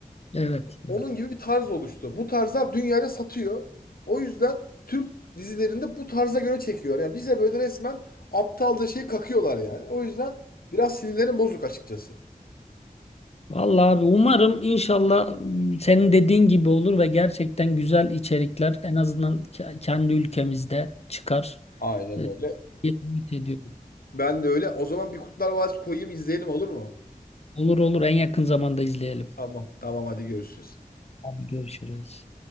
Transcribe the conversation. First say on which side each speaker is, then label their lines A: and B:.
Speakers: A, on the left; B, on the left.
A: Evet.
B: Onun
A: evet.
B: gibi bir tarz oluştu. Bu tarzda dünyaya satıyor. O yüzden Türk dizilerinde bu tarza göre çekiyor. Yani bize böyle resmen aptalca şey kakıyorlar yani. O yüzden biraz sinirlerim bozuk açıkçası.
A: Vallahi abi umarım inşallah m, senin dediğin gibi olur ve gerçekten güzel içerikler en azından ke- kendi ülkemizde çıkar.
B: Aynen
A: Ee,
B: öyle.
A: ümit ediyorum.
B: Ben de öyle. O zaman bir Kurtlar Vadisi koyayım izleyelim olur mu?
A: Olur olur en yakın zamanda izleyelim.
B: Tamam. Tamam hadi görüşürüz.
A: Abi görüşürüz.